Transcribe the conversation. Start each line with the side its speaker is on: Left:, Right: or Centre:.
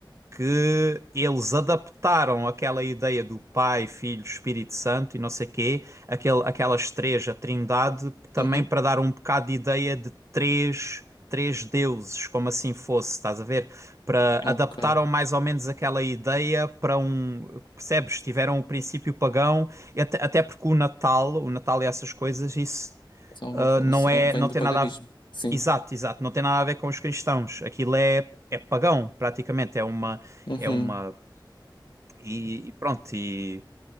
Right: que eles adaptaram aquela ideia do Pai, Filho, Espírito Santo e não sei quê, aquele, aquelas três, a Trindade, também
Left: Uhum.
Right: para dar um bocado de ideia de três, três deuses, como assim fosse, estás a ver? Para adaptaram
Left: Ok.
Right: mais ou menos aquela ideia para um, percebes? Tiveram o princípio pagão, e até, até porque o Natal, o Natal e essas coisas, isso
Left: São,
Right: Uh, não
Left: são,
Right: é,
Left: vem
Right: não
Left: do
Right: tem
Left: paganismo.
Right: nada a ver...
Left: Sim.
Right: Exato, exato, não tem nada a ver com os cristãos. Aquilo é, é pagão, praticamente, é uma
Left: Uhum.
Right: é uma e, e pronto, e